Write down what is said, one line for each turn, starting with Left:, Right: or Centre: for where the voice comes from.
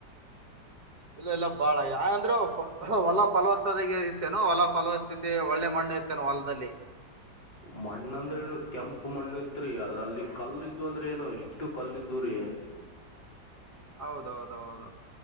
Right: ಇಲ್ಲ ಎಲ್ಲ ಬಾಳ ಯಾಂದ್ರೆ ಹೊಲ ಫಲವತ್ತದ ಇರ್ತೇನ ಹೊಲ ಫಲವತ್ತದೆ ಒಳ್ಳೆ ಮಣ್ಣು ಇರ್ತೇನೆ ಹೊಲದಲ್ಲಿ
Left: ಮಣ್ಣ ಅಂದ್ರ ಏನು ಕೆಂಪು ಮಣ್ಣು ಇತ್ರಿ ಅದ್ರಲ್ಲಿ ಕಲ್ಲ ಇದು ಅಂದ್ರೆ ಏನು ಇಷ್ಟು ಕಲ್ಲಿದ್ದ ರಿ
Right: ಹೌದೌದೌದು